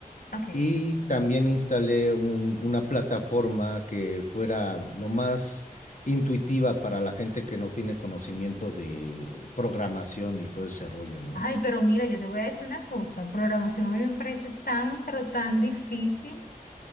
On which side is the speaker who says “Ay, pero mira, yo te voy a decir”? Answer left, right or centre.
Left